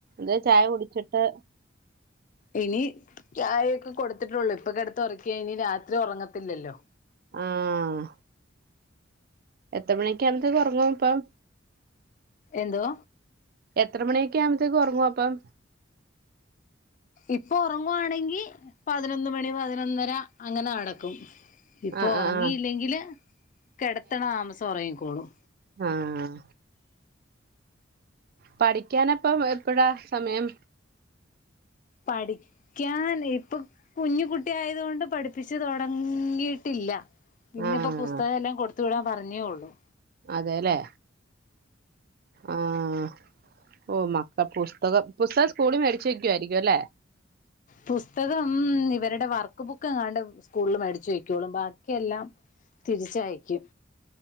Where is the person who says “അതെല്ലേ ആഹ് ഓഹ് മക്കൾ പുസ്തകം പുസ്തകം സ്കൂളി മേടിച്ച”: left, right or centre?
Right